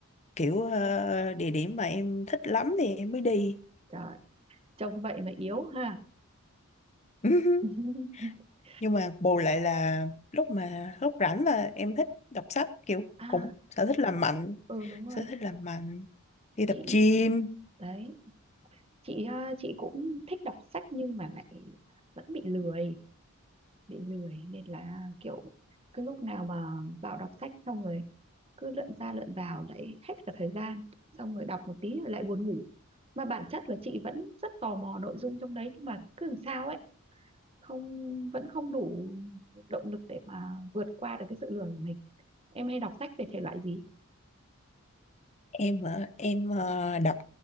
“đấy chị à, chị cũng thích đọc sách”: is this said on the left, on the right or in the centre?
Right